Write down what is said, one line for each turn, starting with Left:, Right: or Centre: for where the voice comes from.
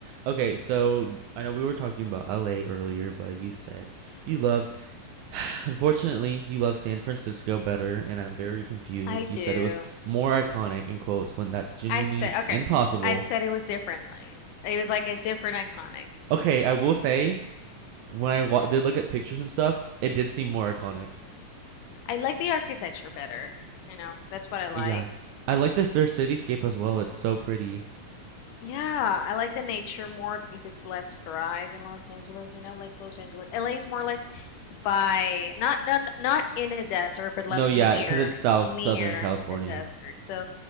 Right: Okay, so I know we were talking about LA earlier, but you said you loved, <sighs> unfortunately, you love San Francisco better, and I'm very confused.
Left: I do.
Right: You said it was more iconic in quotes when that's genuinely
Left: I said, okay.
Right: impossible.
Left: I said it was differently. It was like a different iconic.
Right: Okay, I will say when I wa did look at pictures and stuff, it did seem more iconic.
Left: I like the architecture better. You know, that's what I like.
Right: Yeah, I like this their cityscape as well. It's so pretty.
Left: Yeah, I like the nature more because it's less dry than Los Angeles, you know, like Los Angeles. LA is more like by not not not in a desert, but like
Right: No, yeah,
Left: near
Right: because it's South
Left: near
Right: Southern California.
Left: a desert. So,